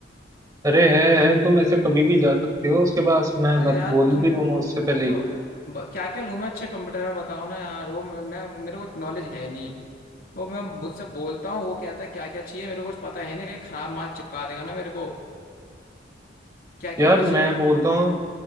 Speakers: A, on the right; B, on the left.
A: अरे है है तुम ऐसे कभी भी जा सकते हो उसके पास मैं
B: अरे
A: बत,
B: यार
A: बोल
B: तुम
A: भी दूंगा उससे पहले
B: जो
A: ही।
B: क्या क्या लूँ मैं अच्छे कंप्यूटर में बताओ ना यार वो मैं, मैं मेरे को नॉलेज है नहीं वो मैं मुझसे बोलता हूँ वो कहता है क्या क्या चाहिए मेरे को कुछ पता है नहीं कहीं खराब माल चिपका देगा ना मेरे को क्या क्या
A: यार
B: होना चाहिए
A: मैं बोलता हूँ